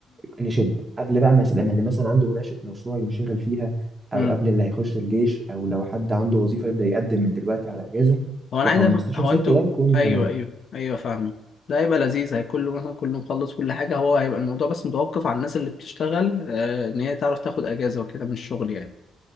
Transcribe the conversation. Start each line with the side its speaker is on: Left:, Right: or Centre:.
Right: نشد قبل بقى مثلا لما اللي مثلا عنده مناقشه مشروع ينشغل فيها
Left: امم
Right: او قبل اللي هيخش الجيش او لو حد عنده وظيفه يبدا يقدم من دلوقتي على اجازه
Left: هو انا
Right: ف 15
Left: عايز أف... هو
Right: 6
Left: انتوا
Right: ده يكون
Left: ايوه
Right: تمام
Left: ايوه ايوه فاهمك ده هيبقى لذيذ هيكون له مثلا كله مخلص كل حاجه هو هيبقى الموضوع بس متوقف على الناس اللي بتشتغل آه ان هي تعرف تاخد اجازه وكده من الشغل يعني